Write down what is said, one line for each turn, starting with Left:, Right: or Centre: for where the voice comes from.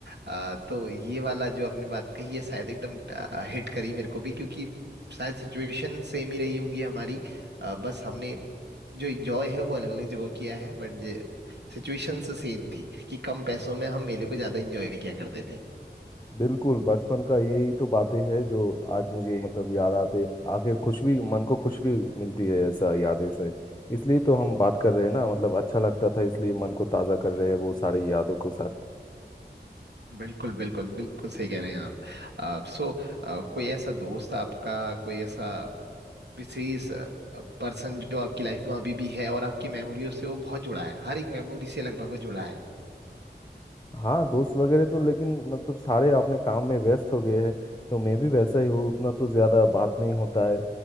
Right: आ, तो ये वाला जो आपने बात कही है शायद एकदम आ, हिट करी मेरे को भी क्योंकि शायद सिचुएशन सेम ही रही होंगी हमारी आ, बस हमने जो इंजॉय है वो अलग अलग जगह किया है बट सिचुएशन से सेम थी कि कम पैसों में हम मेले को ज्यादा एंजॉय किया करते थे
Left: बिल्कुल बचपन का यही तो बातें हैं जो आज मुझे मतलब याद आते आके खुश भी मन को खुश भी मिलती है ऐसा यादें से इसलिए तो हम बात कर रहे हैं ना मतलब अच्छा लगता था इसलिए मन को ताज़ा कर रहे हैं वो सारी यादों के साथ
Right: बिल्कुल बिल्कुल बिल्कुल सही कह रहे हैं आप सो कोई ऐसा दोस्त आपका कोई ऐसा विशेष पर्सन जो आपकी लाइफ में अभी भी है और आपकी मेमोरियों से वो बहुत जुड़ा है हर एक मेमोरी से लगभग वो जुड़ा है
Left: हाँ दोस्त वगैरह तो लेकिन मतलब सारे अपने काम में व्यस्त हो गए हैं तो मैं भी वैसा ही हूँ उतना तो ज्यादा बात नहीं होता है